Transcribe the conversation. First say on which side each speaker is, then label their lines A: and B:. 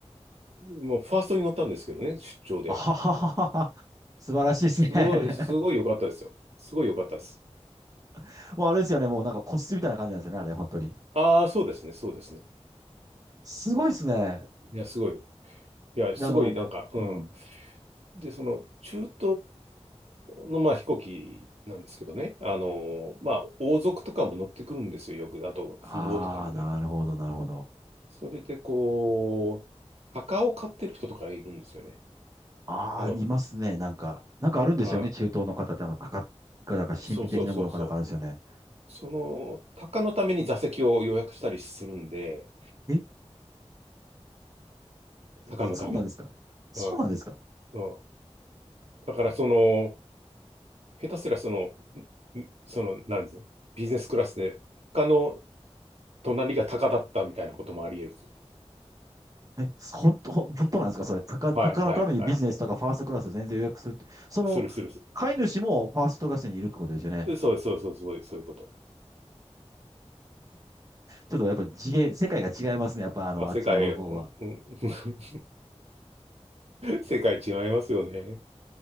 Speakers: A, on the right; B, on the right.
A: もうファーストに乗ったんですけどね、出張で。
B: あははははは。素晴らしいですね。
A: すごい、すごい良かったですよ。すごい良かったです。
B: <laughs> もうあれですよね、もうなんか個室みたいな感じなんですよね、あれ、本当に。
A: ああ、そうですね、そうですね。
B: すごいですね。
A: いや、すごい。いや、すごいなんか、
B: であの、
A: うん。
B: うん。
A: で、その中東のまあ飛行機なんですけどね、あの、まあ王族とかも乗ってくるんですよ、よく。あと富豪とかもね。
B: ああー、なるほど、なるほど。
A: それでこう、墓を買ってる人とかいるんですよね。
B: ああ、
A: あの、
B: いますね。なんか、なんかあるんですよね。
A: は
B: 中東の方って、あの、高が、なんか神秘的なものかなんかあるんですよね。
A: い、そうそうそうそう。その、鷹のために座席を予約したりするんで、
B: え、
A: 鷹のために。
B: そうなんですかそうなんですか
A: うん、うん。だからその、下手すらその、んその、なんですビジネスクラスで、他の隣が鷹だったみたいなこともあり得るんですよ。
B: え、本当、本当なんですかそれ、高、
A: はい、
B: 高のためにビジネスとかファーストクラス全然予約するって。
A: はい、はい。
B: その、
A: するするす
B: 飼い主もファーストクラスにいるってことですよね。
A: る。そうそうそうそうそういうこと。
B: ちょっとやっぱ次元、世界が違いますね。やっぱあの、
A: まあ、
B: あっちの方が。
A: 世界、うんうん <laughs> 世界違いますよね。